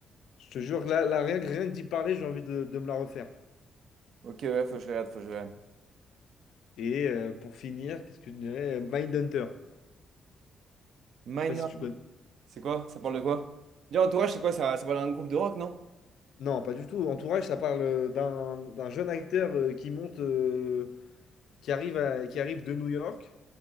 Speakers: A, on the left; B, on the right.
A: Je te jure que là, là, rien, que- rien que d'y parler, j'ai envie de de me la refaire.
B: Ok, ouais, faut que je regarde, faut que je regarde.
A: Et euh, pour finir, qu'est-ce que je dirais? Mindhunter.
B: Minor.
A: Je sais pas si tu connais.
B: C'est quoi? Ça parle de quoi? Déjà, Entourage, c'est quoi? Ça, ça parle d'un groupe de rock, non?
A: Non, pas du tout. Entourage, ça parle euh, d'un d'un jeune acteur euh, qui monte, euh, qui arrive à- qui arrive de New York